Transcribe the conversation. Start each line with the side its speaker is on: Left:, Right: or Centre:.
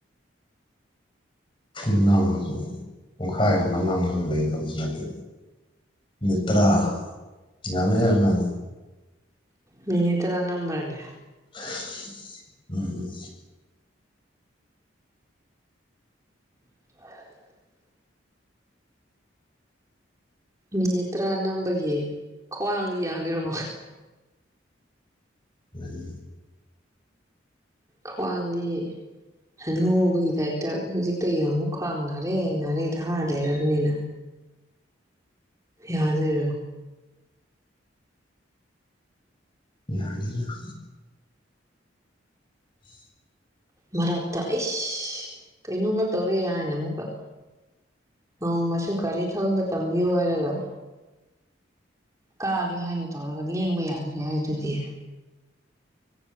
Left: ꯐꯤꯂꯝ ꯅꯝꯕꯕꯨ ꯄꯨꯡꯈꯥꯏ ꯑꯃ ꯅꯝꯃꯒ ꯂꯩꯒꯗꯕꯁꯨ ꯅꯠꯇꯦ ꯃꯅꯤꯠ ꯇꯔꯥ ꯌꯥꯝꯃꯦ ꯍꯥꯏꯀꯥꯟꯗ
Right: ꯃꯤꯅꯤꯠ ꯇꯔꯥ ꯅꯝꯕꯔꯥꯅꯦ
Left: <inaudible> ꯎꯝ
Right: <inaudible> ꯃꯤꯅꯤꯠ ꯇꯔꯥ ꯅꯝꯕꯒꯤ ꯈ꯭ꯋꯥꯡꯗꯤ ꯌꯥꯒꯦꯔꯣ
Left: ꯑꯝ
Right: ꯈ꯭ꯋꯥꯡꯗꯤ ꯍꯥꯅꯨꯕꯒꯤ ꯇꯥꯏꯞꯇ ꯍꯧꯖꯤꯛꯇꯒꯤ ꯍꯧꯅ ꯈ꯭ꯋꯥꯡ ꯅꯥꯔꯦ ꯅꯥꯔꯦꯗ ꯍꯥꯏꯔ ꯂꯩꯔꯕꯅꯤꯅ ꯌꯥꯗꯣꯏꯔꯣ
Left: ꯌꯥꯅꯤꯅ <inaudible>
Right: ꯃꯔꯛꯇ ꯑꯩꯁ ꯀꯩꯅꯣꯝꯃ ꯇꯧꯔꯦ ꯍꯥꯏꯅ ꯑꯃꯨꯛꯀ ꯅꯣꯡꯃꯁꯨ ꯒꯥꯔꯤ ꯊꯧꯕ ꯇꯝꯕꯤꯌꯨ ꯍꯥꯏꯔꯒ ꯀꯥꯒꯦ ꯍꯥꯏꯅ ꯇꯧꯔꯒ ꯂꯦꯡꯕ ꯌꯥꯗ꯭ꯔꯦ ꯍꯥꯏꯗꯨꯗꯤ